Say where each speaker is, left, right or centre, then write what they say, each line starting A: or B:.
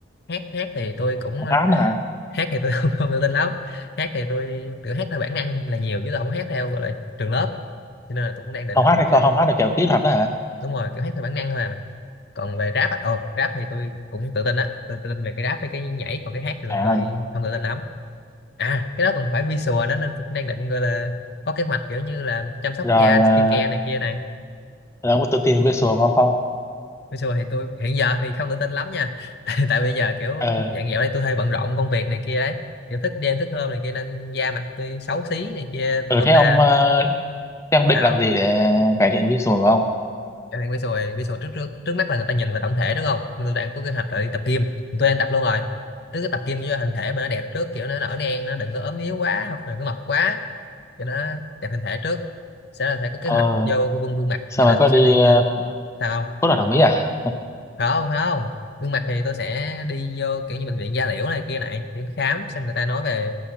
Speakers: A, on the left (about 55°); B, on the left (about 15°).
A: hát hát thì tôi cũng
B: học hát nữa hả
A: hát thì tôi <laughs> không, không tự tin lắm hát thì tôi kiểu hát theo bản năng là nhiều chứ tôi không hát theo gọi là trường lớp cho nên là tôi cũng đang định
B: học
A: học
B: hát hay còn
A: học
B: không hát là kiểu kỹ thuật đó hả
A: đúng rồi kiểu hát theo bản năng thôi à còn về rap à, ồ rap thì tôi cũng tự tin á tôi tự tin về cái rap với cái nhảy còn cái hát thì tôi
B: à
A: hơi
B: ơi
A: không tự tin lắm à cái đó còn phải visual nó nên tôi cũng đang định gọi là có kế hoạch kiểu như là chăm sóc
B: rồi
A: da
B: à,
A: skincare này kia này
B: rồi ông có tự tin về visual của ông không
A: visual thì tôi hiện giờ thì không tự tin lắm nha <laughs> tại, tại bây giờ kiểu
B: ờ
A: dạng dạo đây tôi hơi bận rộn công việc này kia đấy kiểu thức đêm thức hôm này kia nên da mặt tôi xấu xí này kia
B: ừ,
A: tôi lum
B: thế
A: la
B: ông à, thế ông định
A: sao
B: làm gì
A: không
B: để cải thiện visual của ông
A: cho nên visual visual trước trước trước mắt là người ta nhìn vào tổng thể đúng không nên tôi đang có kế hoạch là đi tập gym tôi đang tập luôn rồi trước cái tập gym cho hình thể mà nó đẹp trước kiểu nó nở nang nó đừng có ốm yếu quá hoặc đừng có mập quá cho nó đẹp hình thể trước sẽ là sẽ có kế
B: ờ
A: hoạch vô gương gương mặt
B: sao
A: như là
B: mà có
A: tôi
B: đi
A: sẽ đi ờ,
B: uh,
A: sao
B: phẫu thuật thẩm mỹ à
A: không không không gương mặt thì tôi sẽ đi vô kiểu như bệnh viện da liễu này kia này kiểu khám xem người ta nói về